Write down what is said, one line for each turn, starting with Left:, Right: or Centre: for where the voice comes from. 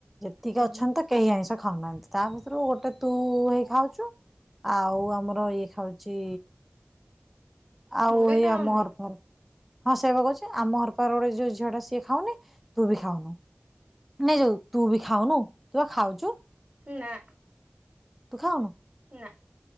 Centre: ଯେତିକି
Right: ହୁଁ।
Centre: ଅଛନ୍ତି ତ କେହି ଆଇଁଷ ଖାଉନାହାନ୍ତି ତା ଭିତରୁ ଗୋଟେ ତୁ ହେଇ ଖାଉଛୁ। ଆଉ ଆମର ଇଏ ଖାଉଛି ଆଉ
Right: ମୁଁ ବି
Centre: ଏଇ
Right: ଖାଉନି
Centre: ଆମ ଘର ପାଖ ହଁ ସେଇବା କହୁଛି ଆମ ଘର ପାଖରେ ଗୋଟେ ଯୋଉ ଝିଅ ଟା ସିଏ ଖାଉନି ତୁ ବି ଖାଉନୁ। ନାଇଁ ଯୋଉ ତୁ ବି ଖାଉନୁ ତୁ ବା ଖାଉଛୁ।
Right: ନା
Centre: ତୁ ଖାଉନୁ?
Right: ନା।